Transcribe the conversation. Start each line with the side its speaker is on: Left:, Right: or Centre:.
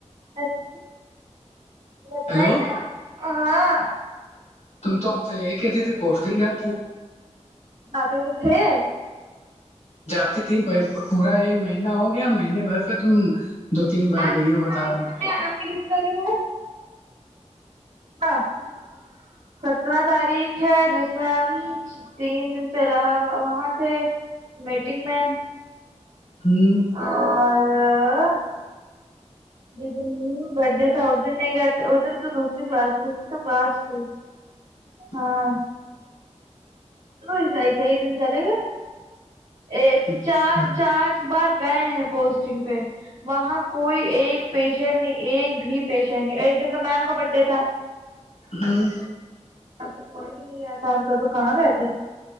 Right: اچھا بتائیں
Left: ہیلو
Right: کیا ہاں
Left: تم تو ہم سے یہی کہتے تے پوسٹنگ کیااتتے
Right: جات تو تھے
Left: جاتی تین پورا ایک مہینہ ہو گیا مہینے بھر سے تم دو تین بار
Right: آج
Left: گئی
Right: کتنی
Left: ہو
Right: تاریخ
Left: بتا رہی
Right: ہے
Left: ہو
Right: امی <unintelligible> سترہ تاریخ ہے جس میں ہم تین دن پہلا وہاں تھے میٹنگ میں
Left: ہوں
Right: اور
Left: <unintelligible>
Right: ج دن برڈے تھا ا دن نہیں گ ا دن تو دوسری کلاس تھی اس دن تو کلاس تھی
Left: <inaudible>
Right: ہاں توسح صح ہیح دن چلے گا ا
Left: اچھا
Right: چار چار بار گئے ہیں پوسٹنگ پہ وہاں کوئی ایک پیشنٹ نہیں ایک بھی پیشنٹ نہیں ایک دن تو میم کا برتھ ڈے تھا
Left: ہوں
Right: اب تو کوئی بھی نہیں آیا تھا ہم س تو کہاں گئے تھے